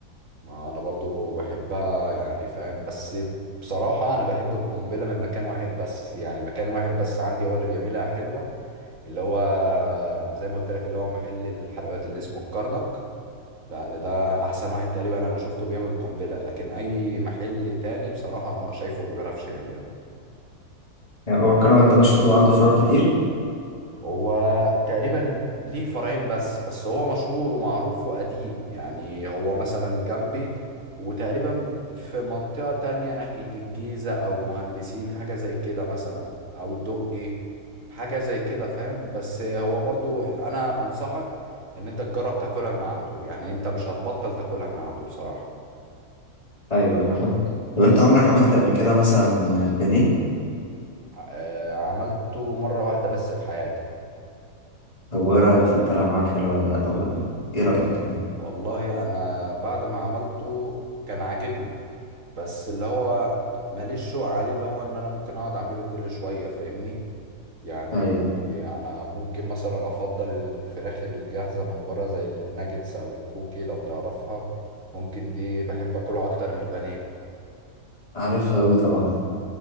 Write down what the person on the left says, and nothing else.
يعني هو الكرنك ده مشهور وعنده فروع كتير
ايوه ايوه فاهم طب انت عمرك عملت قبل كده مثلا بانيه؟
طب وايه رأيك فيه طلع معاك حلو ولا لا او ايه رأيك يعني؟
ايوه
عارفها اوي طبعا